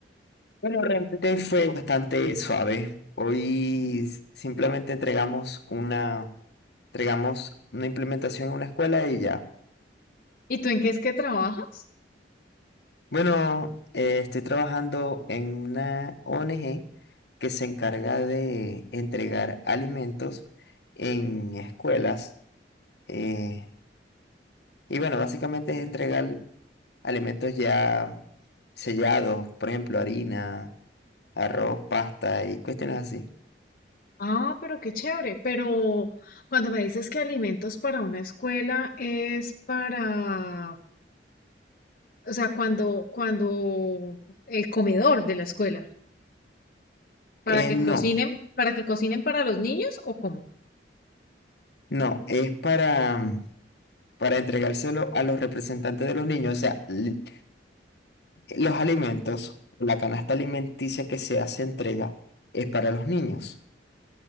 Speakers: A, on the left (about 65°); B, on the left (about 50°).
A: Bueno, realmente hoy fue bastante suave. Hoy s- simplemente entregamos una, entregamos una implementación en una escuela y ya.
B: ¿Y tú en qué es que trabajas?
A: Bueno, eh, estoy trabajando en una ONG que se encarga de entregar alimentos en escuelas. eh, y bueno, básicamente es entregar alimentos ya sellados, por ejemplo, harina, arroz, pasta y cuestiones así.
B: Ah, pero qué chévere. Pero cuando me dices que alimentos para una escuela es para, o sea, cuando, cuando el comedor de la escuela,
A: Eh,
B: para que
A: no,
B: cocinen, para que cocinen para los niños o cómo?
A: no, es para, mm, para entregárselo a los representantes de los niños, o sea, l- los alimentos, la canasta alimenticia que se hace entrega es para los niños,